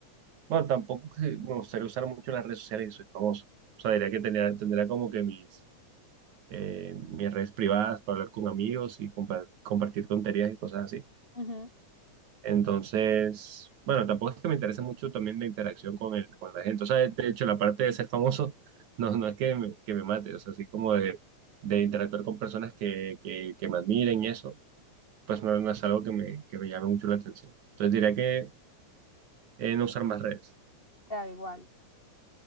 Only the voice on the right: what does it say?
bueno, tampoco que me gustaría usar mucho las redes sociales y soy famoso. O sea, diría que tendría, tendría como que mis, eh, mis redes privadas para hablar con amigos y compa- compartir tonterías y cosas así.
Entonces, bueno, tampoco es que me interese mucho también la interacción con el, con la gente. O sea, de de hecho, la parte de ser famoso no, no es que me, que me mate, o sea, así como de, de interactuar con personas que, que, que me admiren y eso, pues no, no es algo que me, que me llame mucho la atención. Entonces diría que eh, no usar más redes.